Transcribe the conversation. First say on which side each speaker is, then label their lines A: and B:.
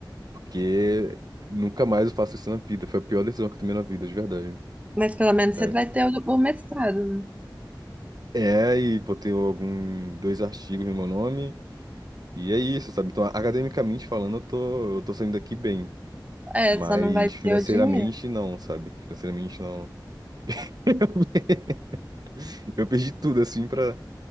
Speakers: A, on the right (about 55°); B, on the right (about 20°).
A: Porque nunca mais eu faço isso na vida. Foi a pior decisão que eu tomei na vida, de verdade.
B: mas pelo menos
A: Sério.
B: você vai ter o, o mestrado, né?
A: É, e botei algum, dois artigos no meu nome. E é isso, sabe? Então, academicamente falando, eu tô, eu tô saindo daqui bem.
B: É,
A: Mas
B: só não vai
A: financeiramente,
B: ter o dinheiro.
A: não, sabe? Financeiramente, não. <laughs> Eu perdi tudo, assim, pra